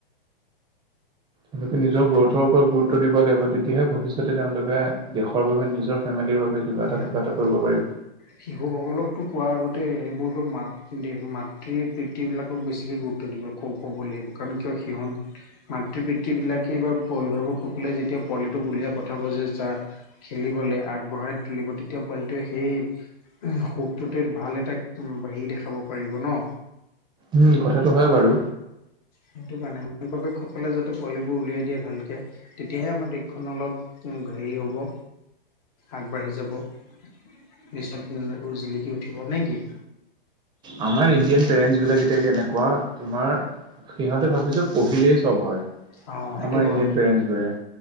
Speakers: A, on the right (about 15°); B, on the left (about 45°).
A: তেওঁলোকে নিজৰ গ্ৰথৰ ওপৰত গুৰুত্ব দিব লাগিব। তেতিয়াহে ভৱিষ্যতে তেওঁলোকে দেশৰ বাবে নিজৰ ফেমিলিৰ বাবে কিবা এটা
B: উমঁ'
A: কিবা
B: উমঁ'।
A: এটা কৰিব পাৰিব।
B: শিশুসকলকতো কোৱাৰ আগতে সেইবোৰতো মাতৃ-মাতৃ পিতৃ বিলাকক বেছিকে গুৰুত্ব দিব ক-ক'ব লাগিব কাৰণ কিয় সিহঁত মাতৃ পিতৃবিলাকে বা অভিভাৱকসকলে যেতিয়া পোৱলিটো উলিয়াই পঠাব যে যা খেলিবলৈ আগবঢ়াই তুলিব, তেতিয়া পোৱালিটোৱে সেই সুখটোত ভাল এটা হেৰি দেখাব পাৰিব ন।
A: উমঁ' কথাটো হয় বাৰু।
B: সেইটো কাৰণে মাক বাপেক সকলে যাতে পোৱালিবোৰ উলিয়াই দিয়ে ভালকে। তেতিয়াহে আমাৰ দেশখন অলপ হেৰি হ'ব আগবাঢ়ি যাব। <unintelligible> জিলিকি উঠিব নে কি।
A: আমাৰ ইণ্ডিয়ান পেৰেন্টছ বিলাক এতিয়া যে এনেকুৱা তোমাৰ সিহঁতে ভাবে যে পঢ়িলেই চ'ব হয়।
B: অ সেইটো
A: আমাৰ ইণ্ডিয়ান
B: হয়
A: পেৰেন্টছবোৰে।